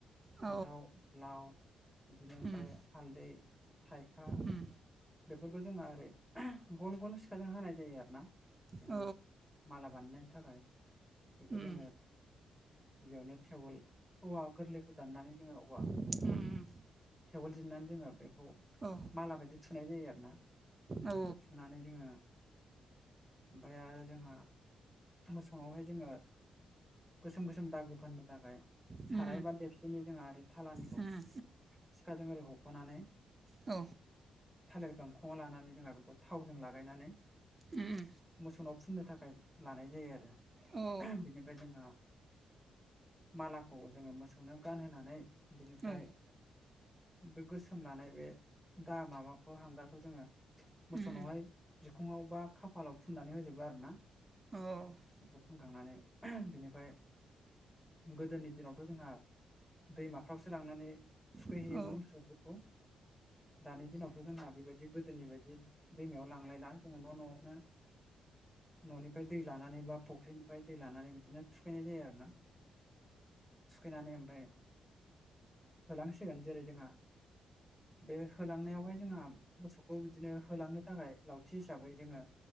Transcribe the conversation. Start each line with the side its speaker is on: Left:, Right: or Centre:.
Right: औ
Centre: फान्थाव लाव बिदिनो ओमफाय
Right: उम
Centre: हालदै थाइखा
Right: उम
Centre: बेफोरखौ जोंहा ओरै गल गल सिखाजों हानाय जायो आरो ना जोंङो
Right: औ
Centre: माला बानायनायनि थाखाय। बेखौ
Right: उम
Centre: जोङो गिबियावनो टेवोल औवा गोरलैखौ दाननानै जोंङो औवा
Right: <inaudible>
Centre: थेवोल जिरन्नानै जोङो बेखौ
Right: औ
Centre: माला बायदि थुनाय जायो आरोना
Right: औ
Centre: बेखौ थुनानै जोङो ओमफाय आरो जोंहा मोसौ नावहाय जोङो गोसोम गोसोम दागो फाननो थाखाय
Right: उम
Centre: साराय बा देबसिनि जोंहा ओरै थानिखौ
Right: उम उम
Centre: सिखाजों ओरै हख'नानै
Right: औ
Centre: थालेर गांखङाव लानानै जोंहा बेखौ थावजों लागायनानै
Right: उम
Centre: मोसानाव फुननो थाखाय लानाय जायो आरो।
Right: औ उम औ
Centre: बिनिफ्राय जोंहा मालाखौ जोंङो मोसौनो गानहोनानै बिनिफ्राय
Right: औ उम औ
Centre: बे गोसोम लानाय बे दा माबा बे हांगारखौ जोंङो मोसौनावहाय
Right: उम औ उम
Centre: बिखुङाव बा खाफालाव फुननानै होजोबो आरो ना।
Right: औ उम
Centre: बेखौ फुनखांनानै बिनिफ्राय गोदोनि दिनावथ' जोंहा दैमाफ्रावसो लांनानै थुखैहैयोमोन
Right: उम औ
Centre: मोसौफोरखौ दानि दिनाव जोंना बेबायदि गोदोनि बायदि दैमायाव लांलायला जोंङो न' न'आवनो न'निफ्राय दै लानानै बा फुख्रिनिफ्राय दै लानानै बिदिनो थुखैनाय जायो आरो ना। थुखैनानै ओमफाय होलांसि सिगोन जेरै जोंहा बे हांलां नायाव आवहाय जोंहा मोसौखौ बिदिनो होलांनो थाखाय लावथि हिसाबै जोङो